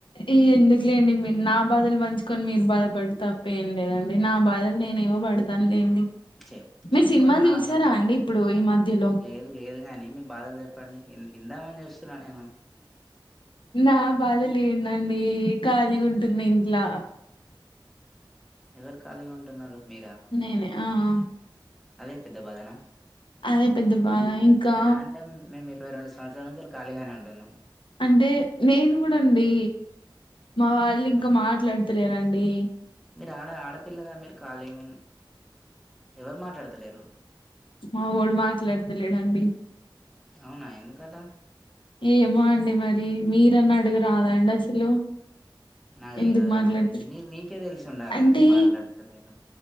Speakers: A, on the left; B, in the centre.
A: ఈ ఎందుకులేండి మీ నా బాధలు పంచుకొని మీరు బాధపడు తప్ప ఏం లేదండి నా బాధలు నేను ఏవో పడతాను లేండి
B: చెప్పు
A: మీరు
B: చెప్పుకోండి
A: సినిమాలు
B: నార్మల్గా
A: చూసారా అండి ఇప్పుడు ఈ మధ్యలో
B: లేదు లేదు గాని బాధలు చెప్పండి విం విందామని చూస్తున్నా నేను
A: నా బాధ లేందండి ఖాళీగ ఉంటున్నా ఇంట్లో
B: ఎవరు ఖాళీగా ఉంటున్నారు మీరా?
A: నేనే ఆ ఆ
B: అదే పెద్ద బాధనా
A: అదే పెద్ద బాధ ఇంకా
B: అలా అంటే మేము ఇరవై రెండు సంవత్సరాలు సంవత్సరాల నుంచి ఖాీళిగానే ఉంటున్నాం
A: అంటే నేను కూడా అండి మా వాళ్ళు ఇంకా
B: అవును.
A: మాట్లాడు లేరాండి <unintelligible>
B: మీరు ఆడ ఆడపిల్లగా మీరు ఖాళీగ ఎవరు మాట్లాడతలేరు
A: మా వోడు మాట్లాడతలేడండి
B: అవునా ఎందుకట
A: ఏమో అండి మరి మీరన్నా అడుగురాదండి అసలు
B: నాకుతెలవదుకదండి
A: ఎందుకు మాట్లాడత
B: మీ మీకే తెలిసి ఉండాలి
A: అంటే
B: ఎందుకు మాట్లాడతలేడో